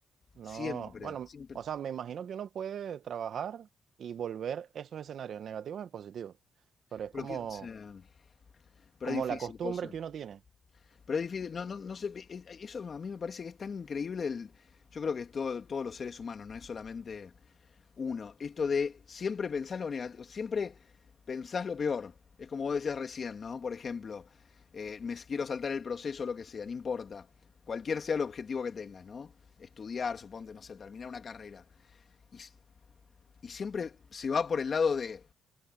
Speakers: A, on the right; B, on the left.
A: No,
B: Siempre,
A: bueno,
B: siempre.
A: o sea, me imagino que uno puede trabajar y volver esos escenarios negativos en positivos, pero es
B: Pero,
A: como,
B: que, o sea, pero
A: como
B: es difícil,
A: la costumbre
B: cosa.
A: que uno tiene.
B: Pero es difícil, no, no, no sé, es- eso a mí me parece que es tan increíble, el- yo creo que es todo, todos los seres humanos, no es solamente uno. Esto de siempre pensar lo negativo, siempre pensás lo peor. Es como vos decías recién, ¿no? Por ejemplo, eh, me quiero saltar el proceso, lo que sea, no importa. Cualquier sea el objetivo que tengas, ¿no? Estudiar, suponte, no sé, terminar una carrera. Y, s- y siempre se va por el lado de